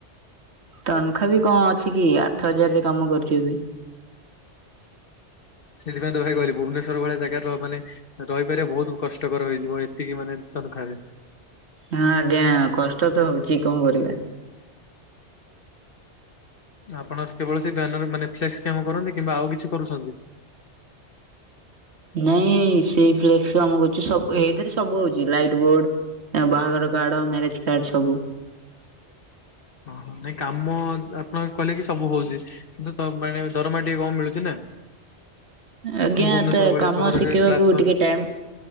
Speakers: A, on the right; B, on the left.
A: ତନଖା ବି କଣ ଅଛି କି ଆଠ ହଜାରରେ କାମ କରୁଛୁ ଏବେ।
B: ସେଥିପାଇଁ ତ ଭାଇ କହିଲି ଭୁବନେଶ୍ୱର ଭଳିଆ ଜାଗାରେ ର ମାନେ, ରହିପାରିବା ବହୁତ କଷ୍ଟକର ହେଇଯିବ ଏତିକି ମାନେ ତନଖାରେ।
A: ହଁ ଆଜ୍ଞା କଷ୍ଟ ତ ହଉଚି କଣ କରିବା।
B: ଆପଣ କେବଳସେଇ ବ୍ୟାନର ମାନେ ଫ୍ଲେକ୍ସ କାମ କରନ୍ତି କିମ୍ବା ଆଉ କିଛି କରୁଛନ୍ତି?
A: ନାଇଁ ସେଇ ଫ୍ଲେକ୍ସ କାମ କରୁଛି ସବୁ ଏଇଥିରେ ସବୁ ହଉଛି ଲାଇଟ ବୋର୍ଡ। ଆଉ ବାହାଘର କାର୍ଡ ମ୍ୟାରେଜ କାର୍ଡ ସବୁ।
B: ଓହୋ ନାଇଁ କାମ ଆପଣ କଲେ କି ସବୁ ହଉଛି କିନ୍ତୁ ତ ମାନେ ଦରମା ଟିକେ କମ୍ ମିଳୁଛି ନା
A: ଆଜ୍ଞା
B: ପୁଣି ଭୁବନେଶ୍ଵର
A: ତା
B: ଭଳିଆ
A: କାମ
B: ସହରରେ
A: ଶିଖିବାକୁ
B: କ୍ଲାସ
A: ଟିକେ
B: ୱାନ୍
A: ଟାଇମ